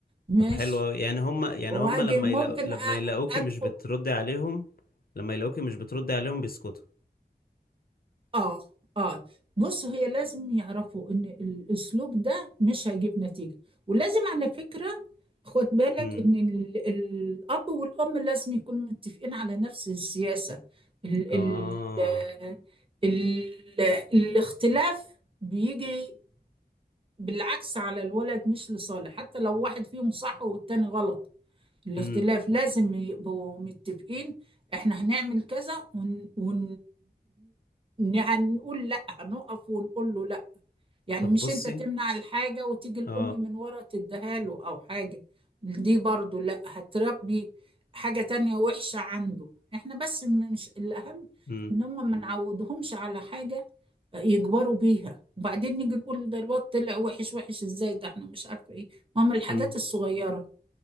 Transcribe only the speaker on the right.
ماشي
واجي
ممكن
أ...
ادخل
اه اه بص هي لازم يعرفوا ان الاسلوب ده مش هيجيب نتيجة ولازم على فكرة خد بالك
ان ال- الاب والام لازم يكونوا متفقين على نفس السياسة ال
ال ال الاختلاف بيجي بالعكس على الولد مش لصالح حتى لو واحد فيهم صح والتاني غلط الاختلاف
لازم يبقوا متفقين احنا هنعمل كذا ونقول لا هنقف ونقول له لا يعني
مش
انت تمنع الحاجة وتيجي الأم
من ورا تديها له أو حاجة دي برضو لا هتربي حاجة تانية وحشة عنده احنا بس م- مش الأهم
ان هم ما نعودهمش على حاجة يكبروا بيها وبعدين نيجي نقول ده الواد طلع وحش وحش ازاي ده احنا مش عارفة ايه ما هم الحاجات
الصغيرة